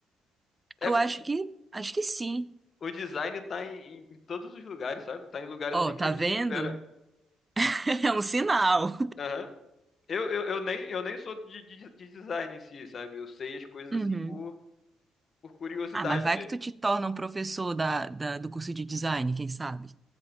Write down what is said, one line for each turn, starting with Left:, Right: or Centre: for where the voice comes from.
Left: É
Right: Eu
Left: porque
Right: acho que, acho que sim.
Left: o design tá em, em- em todos os lugares, sabe? Tá em lugares
Right: Ó,
Left: assim que
Right: tá
Left: a gente
Right: vendo?
Left: não espera.
Right: <laughs> É um sinal.
Left: Aham. Eu, eu, eu, nem, eu nem sou de, de, de design em si, sabe? Eu sei as coisas
Right: Uhum.
Left: assim por, por curiosidade
Right: Ah, mas vai
Left: mesmo.
Right: que tu te torna um professor da, da- do curso de design, quem sabe?